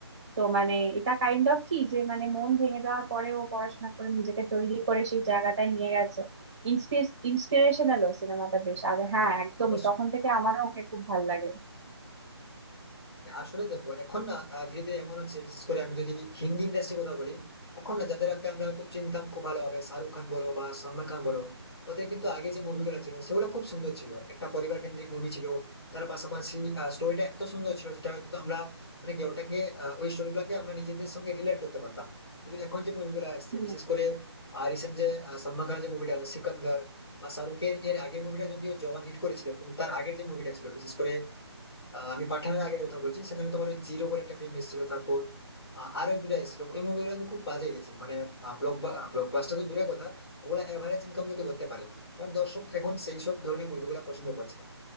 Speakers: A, on the right; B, on the left.
A: তো মানে এটা কাইন্ড অফ কি যে মানে মন ভেঙে যাওয়ার পরেও পড়াশোনা করে নিজেকে তৈরি করে সেই জায়গাটায় নিয়ে গেছে ইন্সপিরেশনালও সিনেমাটা বেশ আর হ্যাঁ একদমই
B: হ্যাঁ, অবশ্যই
A: তখন থেকে আমারও ওকে খুব ভালো লাগে
B: আসলে দেখো এখন না আহ, ধীরে ধীরে এমন হচ্ছে বিশেষ করে আমি যদি হিন্দি ইন্ডাস্ট্রি কথা বলি এখন না যাদেরকে আমরা হয়তো চিনতাম খুব ভালোভাবে শাহরুখ খান বলো বা সালমান খান বলো ওদের কিন্তু আগে যে মুভিগুলো ছিল সেগুলো খুব সুন্দর ছিল একটা পরিবার কেন্দ্রিক মুভি ছিল তার পাশাপাশি স্টোরিটা এত সুন্দর ছিল যেটা হয়তো তো আমরা মানে কি ওটাকে আহ, ওই স্টোরি গুলাকে আমরা নিজেদের সঙ্গে রিলেট করতে পারতাম কিন্তু এখন যে মুভিগুলো আসছে
A: হুম
B: বিশেষ করে রিসেন্ট যে আহ, সালমান খানের যে মুভিটা সিকান্দার বা শাহরুখের এর আগের মুভিটা যদিও জওয়ান হিট করেছিল কিন্তু তার আগের যে মুভিটা ছিল বিশেষ করে আহ, আমি পাঠানের আগের কথা বলছি সেখানে তোমার ওই জিরো বলে একটা ফিল্ম এসেছিল তারপর আহ, আরো এক দুটা এসেছিল ওই মুভিগুলো কিন্তু খুব বাজে গেছে মানে ব্লকবাস্টার তো দূরের কথা ওগুলা এভারেজ ইনকাম কিন্তু করতে পারে না কারণ দর্শক এখন সেই সব ধরনের মুভিগুলো পছন্দ করছে না।